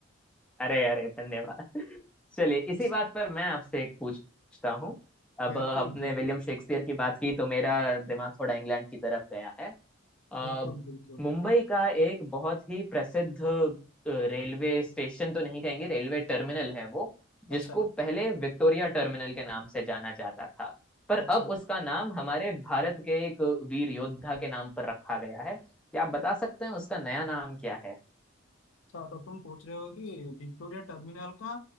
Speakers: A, in the centre; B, on the left.
A: अरे अरे धन्यवाद चलिए इसी
B: इसी
A: बात पर मैं आपसे एक पूछता हूँ अब
B: बिल्कुल
A: अ, हमने
B: बिल्कुल
A: विलियम शेक्सपियर की बात की तो मेरा दिमाग थोड़ा इंग्लैंड की तरफ गया है अ,
B: बिल्कुल बिल्कुल
A: मुंबई का एक बहुत ही प्रसिद्ध अ, रेलवे स्टेशन तो नहीं कहेंगे रेलवे टर्मिनल है वो जिसको
B: अच्छा
A: पहले विक्टोरिया टर्मिनल के नाम से जाना जाता था पर
B: अच्छा
A: अब
B: अच्छा
A: उसका नाम हमारे भारत के एक वीर योद्धा के नाम पर रखा गया है क्या आप बता सकते हैं उसका नया नाम क्या है
B: तो तुम पूछ रहे हो कि विक्टोरिया टर्मिनल का